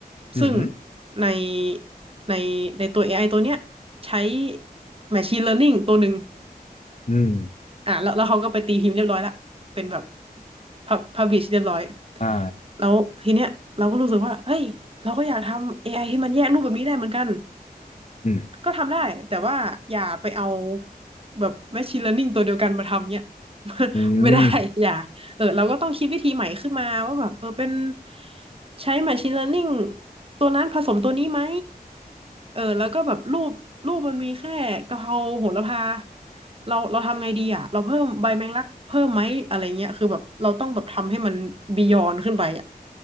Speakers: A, on the left; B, on the right.
A: อืมอหือ
B: ซึ่งในในในตัว AI ตัวเนี้ยใช้ Machine Learning ตัวหนึ่ง
A: อืม
B: อ่ะแล้วแล้วเขาก็ไปตีพิมพ์เรียบร้อยละเป็นแบบพับพับลิชเรียบร้อย
A: อ่า
B: แล้วทีเนี้ยเราก็รู้สึกว่าเฮ้ยเราก็อยากทำ AI ให้มันแยกรูปแบบนี้ได้เหมือนกัน
A: อืม
B: ก็ทำได้แต่ว่าอย่าไปเอาแบบ machine learning ตัวเดียวกันมาทำเนี่ย <laughs>
A: อืม
B: ไม่ได้ <laughs> อย่าเออเราก็ต้องคิดวิธีใหม่ขึ้นมาว่าแบบเออเป็นใช้ machine learning ตัวนั้นผสมตัวนี้ไหมเออแล้วก็แบบรูปรูปมันมีแค่กะเพราโหระพาเราเราทำไงดีอ่ะเราเพิ่มใบแมงลักเพิ่มไหมอะไรเงี้ยคือแบบเราต้องแบบทำให้มันบียอนขึ้นไปอ่ะ